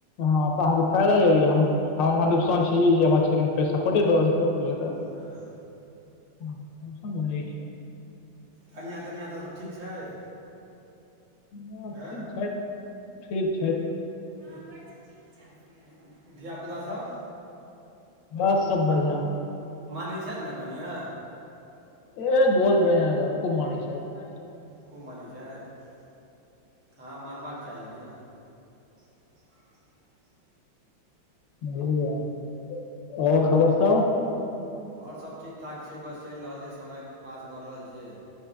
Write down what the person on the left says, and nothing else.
हँ तऽ अहाँके फायदा य हम हमरा नुकसान
छी हमर छै पैस कोटे दड़ हतौए तऽ
ह सुन भ जाै छै <unintelligible>
ह
ठीक छै, ठीक छथि।
बस सब बढ़िआँ
ए बहुत बढ़आ रह खूब मानेए छथि <unintelligible>
ब <unintelligible> आओर खबर स